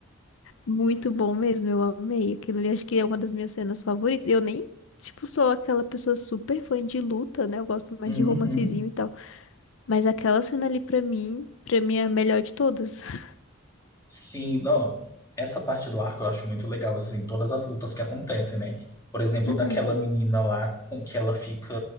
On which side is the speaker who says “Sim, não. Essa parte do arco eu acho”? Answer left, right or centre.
Left